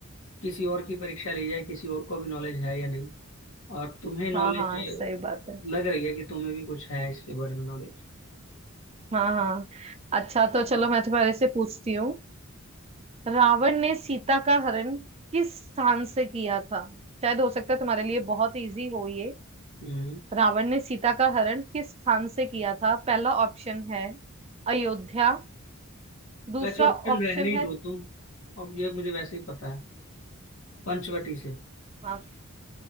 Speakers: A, on the left (about 80°); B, on the right (about 30°).
A: किसी और की परीक्षा ली जाए किसी और को भी नॉलेज है या नहीं और तुम्हें नॉलेज
B: हाँ हाँ सही बात है
A: लग रही है कि तुम्हें भी कुछ है इसके बारे में नॉलेज
B: हाँ हाँ अच्छा तो चलो मैं तुम्हारे से पूछती हूँ रावण ने सीता का हरण किस स्थान से किया था शायद हो सकता है तुम्हारे लिए बहुत इजी हो ये
A: हम्म
B: रावण ने सीता का हरण किस स्थान से किया था पहला ऑप्शन है अयोध्या दूसरा
A: वैसे ऑप्शन
B: ऑप्शन
A: रहने ही
B: है
A: दो तुम अब ये मुझे वैसे ही पता है पंचवटी से
B: हाँ,